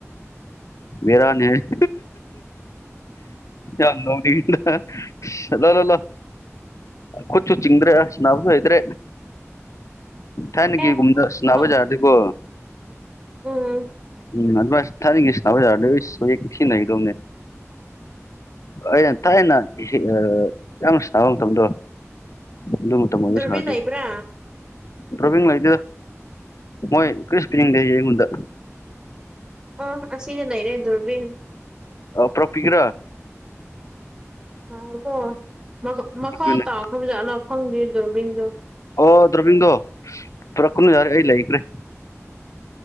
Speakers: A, on the left (about 80°); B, on the right (about 25°).
A: ꯕꯦꯔꯥꯅꯤ ꯍꯩꯠ ꯌꯥꯝ ꯅꯣꯛꯅꯤꯡꯗꯔꯥ ꯂꯥꯎ ꯂꯥꯎ ꯂꯥꯎ ꯈꯨꯠꯁꯨ ꯆꯤꯡꯗ꯭ꯔꯦ ꯑꯁ ꯅꯥꯕꯁꯨ ꯍꯩꯇ꯭ꯔꯦ ꯊꯥꯢꯅꯒꯤꯒꯨꯝꯗꯁ
B: ꯑꯦ
A: ꯅꯥꯕ
B: ꯑ
A: ꯌꯥꯗꯦꯀꯣ
B: ꯎꯝ
A: ꯎꯝ ꯑꯗꯨꯃꯥꯢ ꯊꯥꯢꯅꯒꯤꯁ ꯅꯥꯕ ꯌꯥꯥꯔꯗꯤ ꯏꯁ ꯍꯧꯖꯤꯛ ꯊꯤꯅ ꯅꯩꯒꯗꯧꯕꯅꯦ ꯑꯩꯅ ꯊꯥꯏꯅ ꯑꯥ ꯌꯥꯝ ꯁꯥꯟꯅꯕ ꯃꯇꯝꯗꯣ ꯑꯗꯨ ꯃꯇꯝ ꯑꯣꯢꯕ
B: ꯗꯨꯔꯕꯤꯟ
A: ꯁꯥꯔꯗꯤ
B: ꯂꯩꯕ꯭ꯔꯥ
A: ꯗ꯭ꯔꯣꯕꯤꯡ ꯂꯩꯇꯦꯗ ꯃꯣꯏ ꯀ꯭ꯔꯤꯁꯨ ꯄꯤꯅꯤꯡꯗꯦ ꯑꯩꯉꯣꯟꯗ
B: ꯑꯣ ꯑꯁꯤꯗ ꯂꯩꯔꯦ ꯗꯨꯨꯔꯕꯤꯟ
A: ꯑꯥ ꯄꯣꯔꯛꯄꯤꯒꯦꯔꯥ
B: ꯉꯥꯢꯈꯣꯀꯣ ꯃꯥ ꯃꯈꯥ
A: ꯄꯤꯌꯨꯅꯦ
B: ꯇꯥꯈ꯭ꯔꯕꯖꯥꯠꯂꯥ ꯈꯪꯗꯦ ꯗꯣꯔꯕꯤꯟꯗꯣ
A: ꯑꯣ ꯗ꯭ꯔꯣꯕꯤꯟꯗꯣ ꯄꯨꯔꯛꯀꯅꯨ ꯌꯥꯔꯦ ꯑꯩ ꯂꯩꯈ꯭ꯔꯦ